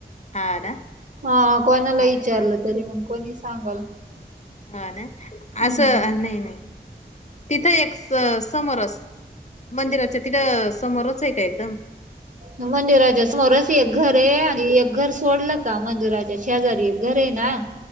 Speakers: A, on the left; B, on the right.
A: हा ना
B: हा कोणाला
A: हा
B: विचारलं
A: हा
B: तरी, मग कोणी सांगल.
A: हा ना
B: हम्म
A: असं नाही, नाही. तिथं एक समोरच मंदिराच्या तिथं समोरच आहे का एकदम?
B: मंदिराच्या समोरच एक घर आहे, आणि एक घर सोडलं का मंदिराच्या शेजारी एक घर आहे ना.